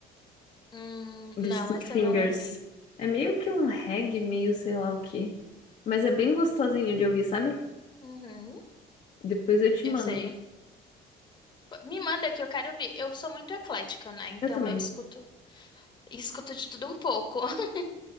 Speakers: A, on the left (about 25°); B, on the left (about 45°).
A: Hum,
B: do
A: não,
B: Stick
A: essa
B: Fingers.
A: eu não ouvi.
B: É meio que um reggae, meio sei lá o quê. Mas é bem gostosinho de ouvir, sabe?
A: Uhum,
B: Depois eu te
A: eu
B: mando.
A: sei. Me manda que eu quero ouvir. Eu sou muito eclética, né? Então
B: Eu também.
A: eu escuto, escuto de tudo um pouco. <laughs>